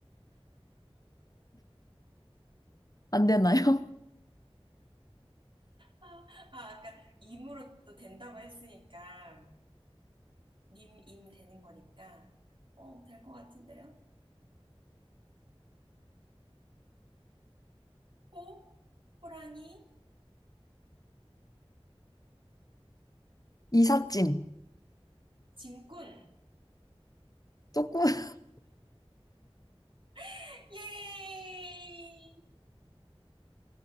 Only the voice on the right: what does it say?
아, 아, 아까 임으로 또 된다고 했으니까, 님, 임 되는 거니까, 어, 될 것 같은데요? 호, 호랑이,
짐꾼.
<laughs> 예!